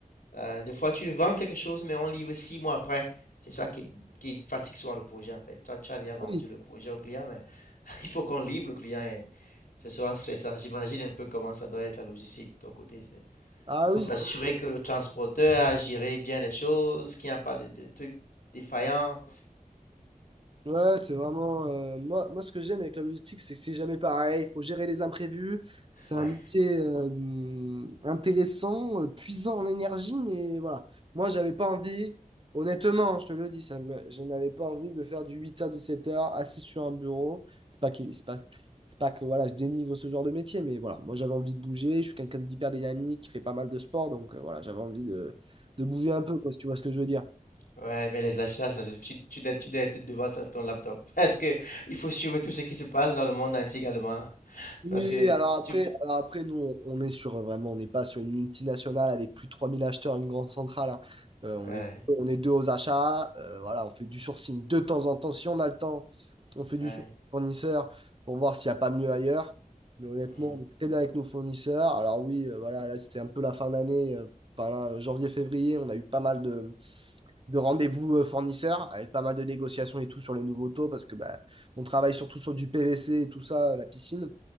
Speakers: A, on the left (about 80°); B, on the right (about 40°).
A: Euh, des fois, tu vends quelque chose, mais on livre six mois après. C'est ça qui, qui fatigue souvent le projet, en fait. Toi, tu as déjà vendu
B: Ah oui,
A: le projet au client, mais <laughs> il faut qu'on livre le client et c'est souvent stressant. J'imagine un peu comment ça doit être la logistique de ton côté. c'est
B: ah
A: faut
B: oui,
A: s'assurer que le transporteur a géré bien les choses, qu'il n'y a pas de, de trucs défaillants.
B: Ouais, c'est vraiment. euh, moi, moi, ce que j'aime avec la logistique, c'est que c'est jamais pareil. Il faut gérer les imprévus. C'est
A: Ouais.
B: un métier euh, hum, intéressant, euh, puisant en énergie, mais voilà. Moi, j'avais pas envie, honnêtement, je te le dis, ça me- je n'avais pas envie de faire du huit heures dix-sept heures assis sur un bureau. C'est pas que, c'est pas, c'est pas que voilà, je dénigre ce genre de métier, mais voilà. Moi, j'avais envie de bouger. Je suis quelqu'un d'hyper dynamique, qui fait pas mal de sport, donc euh, voilà, j'avais envie de, de bouger un peu, quoi, si tu vois ce que je veux dire.
A: Ouais, mais les achats, ça, se- tu, tu dois, tu dois être devant ton ton laptop. <laughs> Parce que il faut suivre tout ce qui se passe dans le monde entier également.
B: Oui,
A: Parce que
B: alors après,
A: tu...
B: alors après nous, on on est sur euh, vraiment, on n'est pas sur une multinationale avec plus de 3000 acheteurs, une grande centrale. hein. Euh, on
A: Ouais,
B: est, on est deux aux achats. euh, voilà, on fait du sourcing de temps en temps. Si on a le temps, on fait du
A: ouais.
B: sourcing fournisseur pour voir s'il n'y a pas mieux ailleurs. Mais honnêtement,
A: Mhm,
B: on est très bien avec nos fournisseurs. Alors oui, euh, voilà, là, c'était un peu la fin d'année. euh, Enfin, là, euh, janvier-février, on a eu pas mal de, de rendez-vous euh, fournisseurs avec pas mal de négociations et tout sur les nouveaux taux parce que bah, on travaille surtout sur du PVC et tout ça, euh, la piscine.